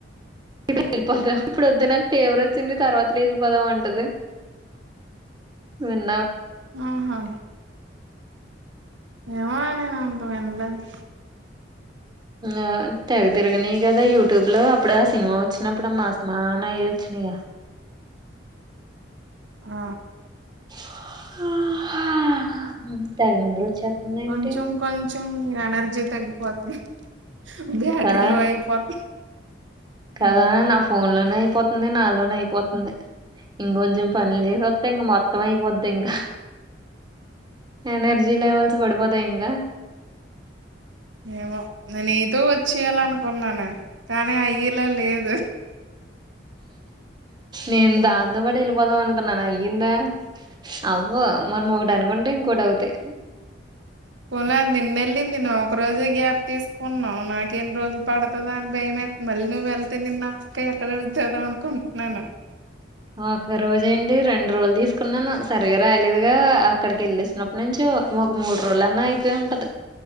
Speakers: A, on the right; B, on the right.
A: ఇప్పుడు వెళ్ళిపోదాం ఇప్పుడు వద్దు నాకు ఫేవర్ వచ్చింది తర్వాత లేచిపోదాం అంటది. <inaudible>
B: ఆహా. ఏమో నేను అటు వినలేదే.
A: ఆ తెగ తిరగిన కదా యూట్యూబ్ లో. అప్పుడుడ సినిమా వచ్చినప్పుడుమ్ మా అసమానాయ్య వచ్చినయ.
B: ఆ
A: <unintelligible> తెగ నిద్ర వచ్చేస్తుంది. ఏంటి
B: కొంచం కొంచం ఎనర్జీ తగ్గిపోద్ది. బ్యాటరీ
A: కదా
B: లో అయిపోత
A: కదా
B: ఉమ్
A: నా ఫోన్ లోనే అయిపోతుంది నాలోనే అయిపోతుంది ఇంకొంచెం పనులు చేసి వస్తే ఇంక మొత్తం మొత్తం అయిపోద్ది ఇంకా ఎనర్జీ లెవెల్స్ పడిపోతాయి ఇంకా
B: ఏమో నేను నీతో వచ్చేయాల అనుకున్నాను కానీ అయ్యేలా లేదు
A: నేను దాంతో పాటు వెళ్ళిపోదాం అనుకో ఇ నన్ను అయ్యిందా అవ్వో మనం ఒకటి అనుకుంటే ఇంకోటి అవుతాయి
B: పోలేదు నేన్న వెళ్ళింది నువ్వు ఒక రోజే గ్యాప్ తీసుకున్నావు నాకేన్ని రోజులు పడుతది అని భయం మేస్తోంది మళ్ళీ నువ్వు వెళ్తే నిన్ను అక్క ఎక్కడ అడుగుతాదో అనుకుంటున్నాను
A: ఒక రోజు అండి రెండు రోలు తీసుకున్నాను సరిగ్గా రాయలేదుగా అక్కడికి వెళ్ళేసినప్పుడు నుంచి ఒక మూడు రోజులు అన్నా అయిపోయి ఉంట ఉంటది